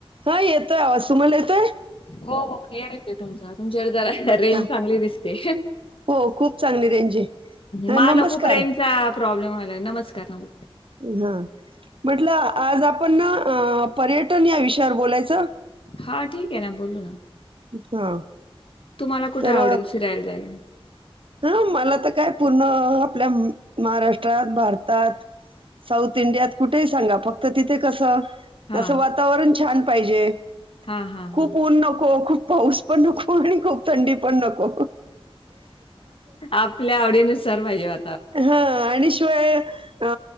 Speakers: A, on the right; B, on the left.
A: हा येतोय आवाज. तुम्हाला येतोय?
B: हो हो क्लिअर येते तुमचा, तुमच्याकडे जरा रेंज
A: हा.
B: चांगली दिसते.
A: हो खूप चांगली रेंज आहे. हा
B: माझा
A: नमस्कार
B: खूप रेंजचा प्रॉब्लेम व्हायलाय. नमस्कार नमस्कार.
A: हा म्हटलं आज आप आपण पर्यटन या विषयावर बोलायचं.
B: हा ठीक आहे ना, बोलू ना.
A: हा.
B: तुम्हाला कुठे
A: तर
B: आवडेल फिरायला जायला?
A: हा मला तर काय पूर्ण -आपल्या महाराष्ट्रात, भारतात साऊथ इंडियात कुठेही सांगा. फक्त तिथे कसं
B: हां
A: असं वातावरण छान पाहिजे.
B: हां हां
A: खूप
B: हां
A: ऊन नको, खूप पाऊस पण नको आणि खूप थंडी पण नको.
B: आपल्या आवडीनुसार पाहिजे म
A: हा आणि शिवाय अ